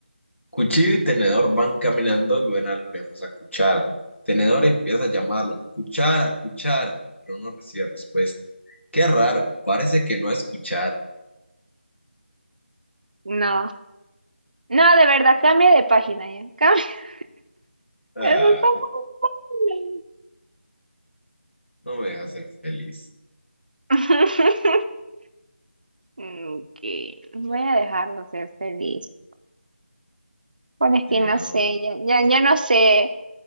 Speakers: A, on the left (about 80°); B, on the right (about 45°).
A: Cuchillo y tenedor van caminando y ven a lo lejos a Cuchara. Tenedor empieza a llamarla, Cuchara, Cuchara, pero no recibe respuesta. Qué raro, parece que no es Cuchara.
B: No. No, de verdad, cambia de página ya. Cambia. <laughs>
A: Ah,
B: Eso está muy bueno.
A: no me deja ser feliz.
B: <laughs> Ok, Voy a dejarlo ser feliz. Bueno, es
A: Sigamos.
B: que no sé, ya, ya, ya no sé,